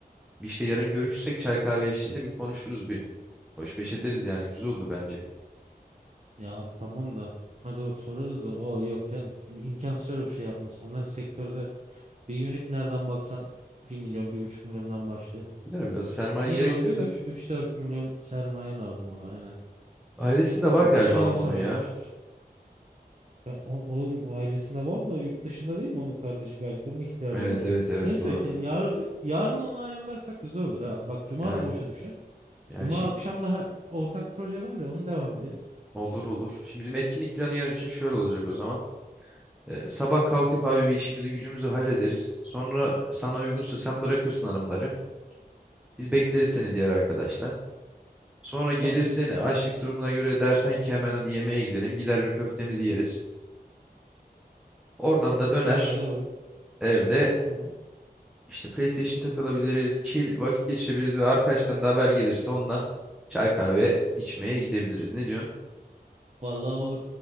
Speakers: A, in the centre; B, on the right.
A: bir işte yarın görüşsek çay kahve eşliğinde bir konuşuruz bir. Hoş beş ederiz yani güzel olur bence.
B: Ya abi tamam da. Ha doğru sorarız da. Oo yok canım. İm- imkansız öyle bir şey yapması. Onların sektörde bir unit nereden baksan bir milyon, bir buçuk milyondan başlıyor.
A: biraz biraz sermaye
B: Ya minimum
A: gerekiyor
B: bir
A: da.
B: üç dört milyon sermaye lazım ona aynen.
A: Ailesinde
B: Bilmiyorum.
A: var galiba
B: İnşallah
A: ama
B: inşallah
A: onu ya.
B: yapmıştır. Ya, o- oğlum o ailesinde var da yurt dışında değil mi onun kardeşi belki onun ihtiyacı
A: Evet
B: var.
A: evet evet
B: Neyse
A: doğru.
B: ki yar, yarın onu ayarlarsak güzel olur ha. Bak cuma
A: Yani
B: da boşa düşer.
A: yani
B: Cuma
A: şimdi
B: akşam daha ortak proje var ya onu devam edelim.
A: olur olur. Şimdi bizim etkinlik planı yarın için şöyle olacak o zaman. Ee, sabah kalkıp abi bir işimizi gücümüzü hallederiz. Sonra sana uygunsa sen bırakırsın hanımları. Biz bekleriz seni diğer arkadaşlar. Sonra gelirsin
B: Tamam.
A: açlık durumuna göre dersen ki hemen hadi yemeğe gidelim. Gider bir köftemizi yeriz. Oradan da döner
B: Şu ana kadar olur.
A: evde
B: Tamam.
A: işte PlayStation takılabiliriz. Chill vakit geçirebiliriz ve arkadaştan da haber gelirse onunla çay kahve içmeye gidebiliriz. Ne diyorsun?
B: Vallahi olur.